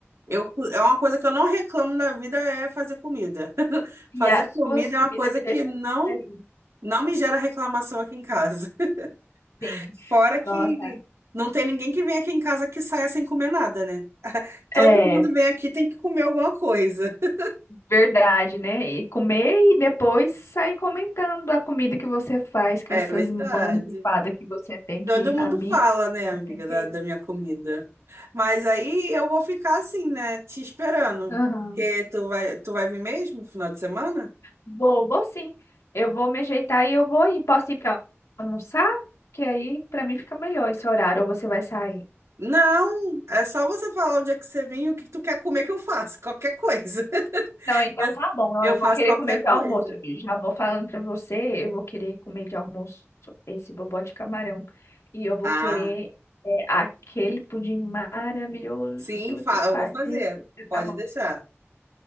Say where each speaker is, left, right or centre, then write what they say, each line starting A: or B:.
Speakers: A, on the right (about 75°); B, on the left (about 85°).
A: Eu, é uma coisa que eu não reclamo na vida é fazer comida. <laughs>
B: E
A: Fazer
B: as
A: comida
B: suas comidas
A: é uma coisa
B: me
A: que
B: deixam
A: não
B: feliz.
A: não me gera reclamação aqui em casa. <laughs>
B: Sim.
A: Fora que
B: Nossa.
A: não tem ninguém que vem aqui em casa que saia sem comer nada, né? Todo
B: É.
A: mundo vem aqui tem que comer alguma coisa. <laughs>
B: Verdade, né? E comer e depois sair comentando a comida que você faz, com
A: É
B: essas
A: verdade.
B: mãos bifadas que você tem
A: Todo
B: que,
A: mundo
B: amiga,
A: fala, né,
B: é
A: amiga,
B: o perfeito.
A: da, da minha comida. Mas aí eu vou ficar assim, né, te esperando.
B: Aham.
A: Porque tu vai, tu vai vir mesmo no final de semana?
B: Vou, vou sim. Eu vou me ajeitar e eu vou ir. Posso ir para almoçar? Que aí para mim fica melhor esse horário, ou você vai sair?
A: Não, é só você falar onde é que você vem e o que tu quer comer que eu faço, qualquer coisa. <laughs>
B: Não, então
A: Eu,
B: tá bom. ó,
A: eu
B: Eu
A: faço
B: vou querer
A: qualquer
B: comer de almoço.
A: coisa.
B: E Já vou falando pra você, eu vou querer comer de almoço esse bobó de camarão. E eu vou
A: Ah,
B: querer é, aquele pudim maravilhoso
A: sim,
B: que você
A: fa-
B: faz
A: eu vou fazer.
B: de receita,
A: Pode
B: tá bom?
A: deixar.